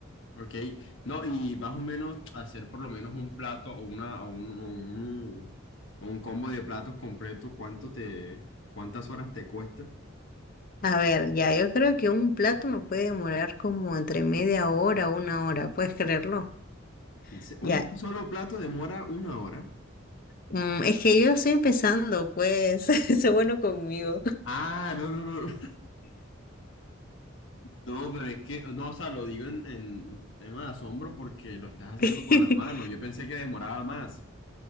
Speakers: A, on the left; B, on the left.
A: ¿ok? No, y más o menos hacer por lo menos un plato o una, o un, o un, o un combo de platos completo, ¿cuánto te, cuántas horas te cuesta?
B: A ver, ya, yo creo que un plato me puede demorar como entre media hora o una hora, ¿puedes creerlo?
A: En se- Un
B: Ya,
A: solo plato demora una hora.
B: mm, es que yo estoy empezando, pues, <laughs> sé bueno conmigo.
A: Ah, no, no, no. <laughs> No, pero es que, no, o sea, lo digo en, en tema de asombro porque lo estás haciendo
B: <laughs>
A: con la mano. Yo pensé que demoraba más.